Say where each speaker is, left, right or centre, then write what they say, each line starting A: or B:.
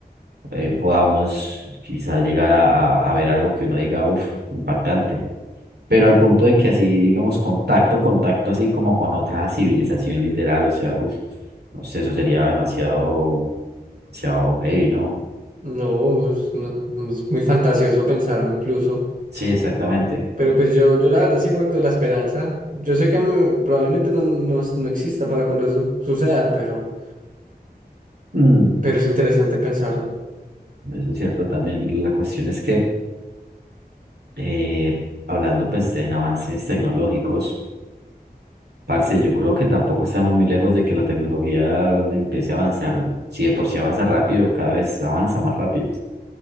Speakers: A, on the right (about 85°); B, on the right (about 55°).
A: eh, podamos quizá llegar a, a a ver algo que uno diga, uff, impactante. Pero al punto de que así, digamos, contacto, contacto así como con otra civilización literal, o sea, uff, no sé, eso sería demasiado, demasiado heavy, ¿no?
B: No, es no- es muy fantasioso pensarlo incluso,
A: Sí, exactamente.
B: pero pues yo, yo la verdad sí guardo la esperanza. Yo sé que mm, probablemente no, no, no exista para cuando eso suceda, pero,
A: Mm,
B: pero es interesante pensarlo.
A: eso es cierto también. La cuestión es que, eh, hablando pues de en avances tecnológicos, Parce, yo creo que tampoco estamos muy lejos de que la tecnología empiece a avanzar. Si de por sí avanza rápido, cada vez avanza más rápido.